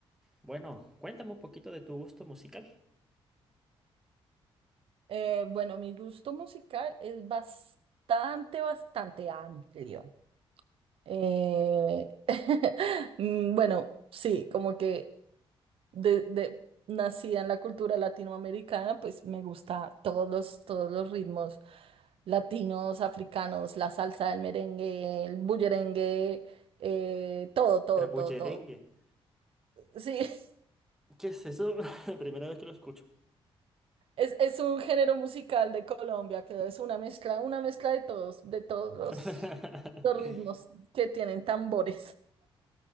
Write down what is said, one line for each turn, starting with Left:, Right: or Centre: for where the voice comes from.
Centre: bueno, cuéntame un poquito de tu gusto musical.
Right: Eh, bueno, mi gusto musical es bastante, bastante amplio. Eh, <laughs> mm, bueno, sí, como que... de, de- nacida en la cultura latinoamericana, pues me gusta todos los, todos los ritmos latinos, africanos, la salsa, el merengue, el bullerengue, eh, todo, todo,
Centre: El bullerengue.
Right: todo, todo. Sí,
Centre: ¿Qué es eso? <laughs> Primera vez que lo escucho.
Right: <laughs> es, es un género musical de Colombia que es una mezcla, una mezcla de todos, de todos los,
Centre: <laughs>
Right: los ritmos que tienen tambores.